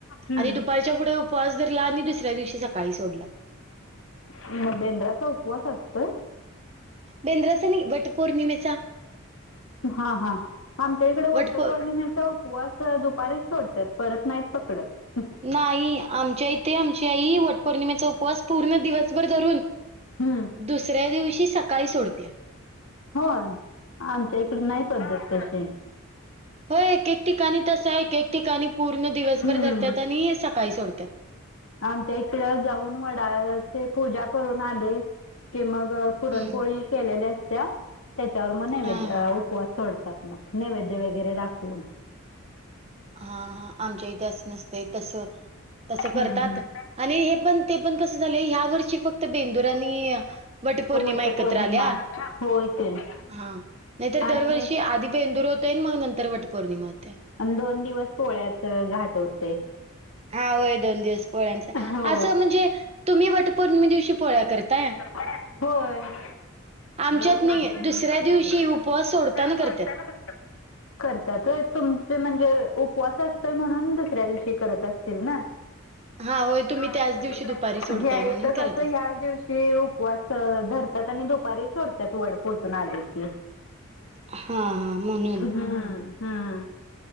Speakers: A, on the left; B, on the right.
A: हम्म
B: आणि दुपांरच्या पुढे उपवांस धरंला आणि दुसऱ्या दिवशी सकाळीं सोडलां
A: मंग बेंद्राचा उपवांस असतोय
B: बेंद्रासनी वटं पौर्णिमेचा
A: हां हां आमच्या ईकडे
B: वटपौर
A: वट्टपौर्णिमे चा उपवांस दुपांरी सोडतं परंत नाहीं पकडंत
B: नाहीं आमच्या इथे आमची आई वटपौर्णिमेचा उपवास पूर्ण दिवसंभर धरूंन
A: हं
B: दुसऱ्यां दिवशी सकाळीं सोडतेय.
A: होयं आमच्या ईकडे नाहीं पद्धतं तशी
B: होयं एक एक ठिकांणी तसं आहे. एक एक ठिकांणी पूर्ण दिवसंभर
A: हम्म
B: धरतांत आणि सकाळीं सोडतांत.
A: आमच्या ईकडे जाऊंन वडांचे पूजा करूंन आले कि मंग पुरणपोळी
B: हं.
A: केलेली असती त्यांच्यावर मंग नैवेद्य
B: हां, हां,
A: अं किंवा सोडतांत मंग नैवेद्य वगैरें दाखवूंन
B: हां हां आमच्या इथे असं नसतंय तसं तसं
A: हम्म
B: करतांत
A: हम्म
B: आणि हे पणं ते पणं कसं झालं. ह्या वर्षी फक्तं बेंदूरनी आणि वटपौर्णिमा
A: वट
B: एकत्रं
A: पौर्णिमा
B: आल्यां
A: होय की
B: हां नाहींतर
A: आणि
B: दरवर्षी आधी बेंदूर होतंय मंग नंतर वटं पौर्णिमा होते
A: दोन दिवसं पोळ्याच्या घांट होते
B: हां होयं दोन दिवसं पोळ्यांचं
A: हो
B: असं म्हणजे तुम्हीं वटपौर्णिमे दिवशी पोळ्यां करतांत
A: होयं.
B: आमच्यात नाही दुसऱ्या दिवशी उपवास सोडताना करत्यात.
A: हं करतांत होयं तुमचे म्हणजे उपवांस असतोय म्हणूंन दुसऱ्यां दिवशी करतं असतील नां
B: हां, होय तुम्ही
A: इथं
B: त्याच दिवशी
A: कसं
B: दुपारी सोडताय
A: यायचं
B: म्हणून करत
A: कसं
B: अस
A: ह्यांचं दिवशी उपवांस धरतांत आणि दुपारी सोडतांत वंड पोजून आले की हां
B: हां, हां, म्हणून.
A: हं हं